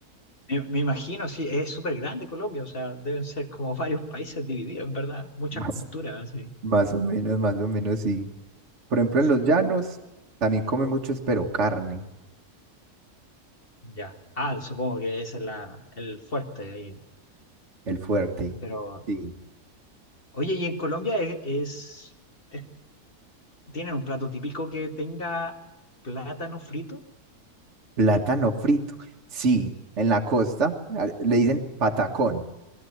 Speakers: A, on the left; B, on the right.
A: me, me imagino, sí, es súper grande Colombia, o sea, deben ser como <laughs> varios países divididos, en verdad, muchas
B: Más,
A: culturas, así.
B: más o menos, más o menos, sí. Por ejemplo, en
A: Sí.
B: los llanos también comen mucho, es pero carne,
A: Ya. Ah, supongo que ese es la, el fuerte ahí.
B: el fuerte.
A: Pero,
B: Sí.
A: oye, ¿y en Colombia es, es, es- tienen un plato típico que tenga plátano frito?
B: Plátano frito. Sí, en la costa a- le dicen patacón.